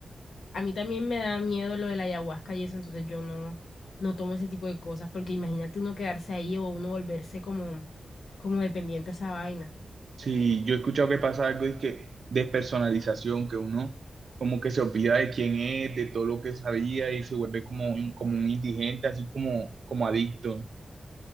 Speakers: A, on the left; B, on the right.
A: A mí también me da miedo lo de la ayahuasca y eso, entonces yo no, no tomo ese tipo de cosas, porque imagínate uno quedarse ahí o uno volverse como, como dependiente a esa vaina.
B: Sí, yo he escuchado que pasa algo es que despersonalización, que uno como que se olvida de quién es, de todo lo que sabía y se vuelve como, un- como un indigente, así como, como adicto.